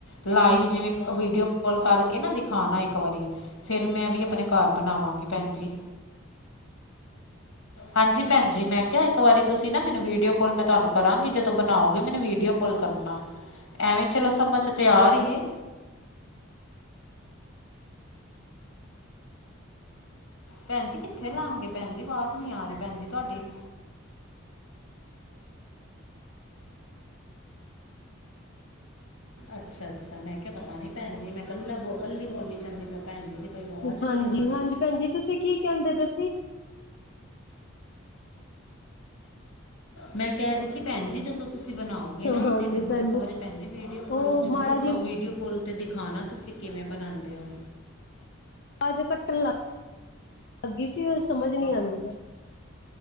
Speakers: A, on the left (about 80°); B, on the left (about 50°).
A: ਲਾਈਵ ਜਿਵੇਂ ਵੀਡੀਓ ਕਲ ਕਰਕੇ ਨਾ ਦਿਖਾਉਣਾ ਇੱਕ ਵਾਰੀ। ਫਿਰ ਮੈਂ ਵੀ ਆਪਣੇ ਘਰ ਬਣਾਵਾਂਗੀ ਭੈਣ ਜੀ। ਹਾਂਜੀ। ਭੈਣ। ਜ। ਮੈਂ। ਕਿਹਾ। ਇੱਕ। ਵਾਰੀ। ਤੁਸੀਂ। ਨਾ। ਮੈਨੂੰ। ਵੀਡੀਓ। ਕਾਲ। ਮੈਂ। ਤੁਹਾਨੂੰ। ਕਰਾਂਗੀ। ਜਦੋਂ। ਬਣਾਓਗੇ। ਮੈਨੂੰ। Video call. ਕਰਨਾ। ਐਵੇਂ। ਚਲੋ। ਸਮਝ। ਤੇ। ਆ। ਰਹੀ। ਹੈ। ਭੈਣ ਜੀ ਕਿੱਥੇ ਲਵਾਂਗੇ ਭੈਣ ਆਵਾਜ਼ ਨੀ ਆਰ ਹੀ ਭੈਣ ਜੀ ਤੁਹਾਡੀ। ਅੱਛਾ ਅੱਛਾ ਮੈਂ ਕਿਹਾ ਪਤਾ ਨੀ ਭੈਣ ਜੀ ਮੈਂ ਕੱਲੀ ਬੋਤਲ ਖੋਲੀ ਜਾਂਦੀ ਭੈਣ ਜੀ ਦੀ ਕੋਈ ਆਵਾਜ਼
B: ਹਾਂਜੀ
A: ਨਹੀਂ ਆ ਰਹੀ
B: ਹਾਂਜੀ ਭੈਣ ਜੀ ਤੁਸੀਂ ਕੀ ਕਹਿੰਦੇ ਪਏ ਸੀ?
A: ਮੈਂ ਕਹਿ ਰਹੀ ਸੀ ਭੈਣ ਜੀ ਜਦੋਂ ਤੁਸੀਂ ਬਣਾਓ। ਗਏ ਨਾ
B: ਹਾਂਜੀ
A: ਅਤੇ ਮੈਨੂੰ
B: ਭੈਣ
A: ਇੱਕ ਵਾਰੀ ਭੈ ਜੀ ਜੀ ਵੀਡੀਓ ਕੋਲ
B: ਉਹ
A: ਜ਼ਰੂਰ
B: ਮਾੜਾ ਜੀ
A: ਕਰਿਓ ਵੀਡੀਓ ਕੋਲ। ਅਤੇ ਦਿਖਾਉਣਾ ਤੁਸੀਂ ਕਿਵੇਂ ਬਣਾਉਂਦੇ ਹੋ?
B: ਅੱਜ ਕੱਟਣ ਲੱਗ ਲੱਗੀ ਸੀ ਸਮਝ ਨੀ ਆਉਂਦੀ।